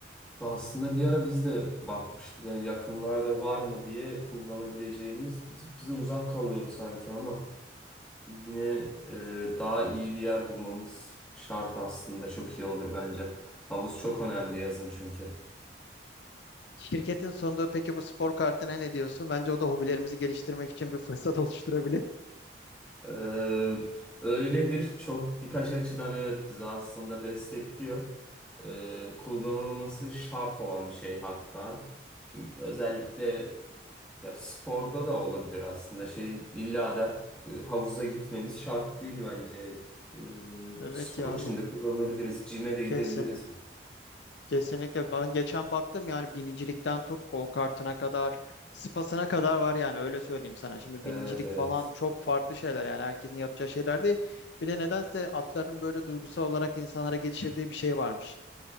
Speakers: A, in the centre; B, on the left.
A: Aslında bir ara biz de bakmıştık yani yakınlarda var mı diye kullanabileceğimiz bir tık bize uzak kalıyordu sanki ama yine e, daha iyi bir yer bulmamız şart aslında çok iyi olur bence. Havuz çok önemli yazın çünkü.
B: Şirketin sonunda peki bu spor kartına ne diyorsun? Bence o da hobilerimizi geliştirmek için bir fırsat oluşturabilir.
A: Ee, öyledir. Çok birkaç açıdan evet bizi aslında destekliyor. Ee, kullanılması şart olan bir şey hatta. Çünkü özellikle ya sporda da olabilir aslında. Şey illa da e, havuza gitmemiz şart değil bence. Ee,
B: Evet
A: spor
B: ya,
A: için
B: ya
A: de kullanabiliriz, Cime de
B: kesin.
A: gidebiliriz mi?
B: Kesinlikle ben geçen baktım yani binicilikten tut go kartına kadar spasına kadar var yani öyle söyleyeyim sana. Şimdi
A: Evet
B: binicilik
A: evet.
B: falan çok farklı şeyler yani herkesin yapacağı şeyler değil. Bir de nedense atların böyle duygusal olarak insanlara geçirdiği bir şey varmış.